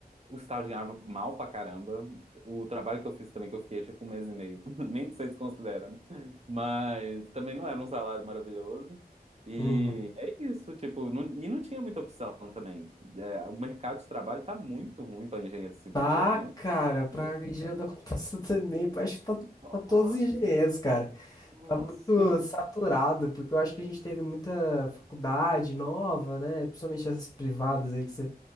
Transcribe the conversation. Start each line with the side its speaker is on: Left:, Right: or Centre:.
Right: o estágio ganhava mal pra caramba. O trabalho que eu fiz também, que eu fiquei tipo um mês e meio. <laughs> Nem sei se considera, né? Mas também não era um salário maravilhoso. E
Left: Uhum.
Right: é isso, tipo, não- e não tinha muita opção também. É, o mercado de trabalho tá muito ruim pra engenheiro civil,
Left: Tá,
Right: pelo menos.
Left: cara, pra
Right: É.
Left: engenharia da computação <laughs> também, acho que tá
Right: Nossa,
Left: pra todos os engenheiros, cara.
Right: nossa.
Left: Tá muito saturado, porque eu acho que a gente teve muita faculdade nova, né? Principalmente essas privadas aí, que você